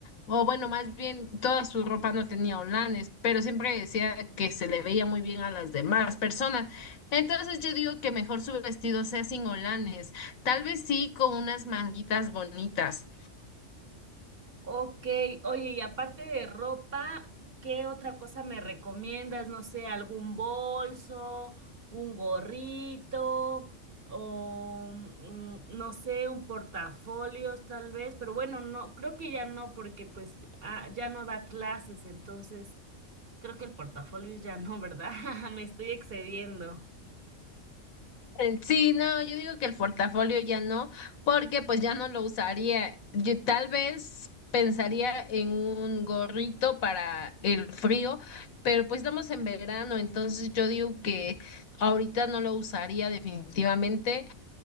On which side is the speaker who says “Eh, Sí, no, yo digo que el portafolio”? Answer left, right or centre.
Left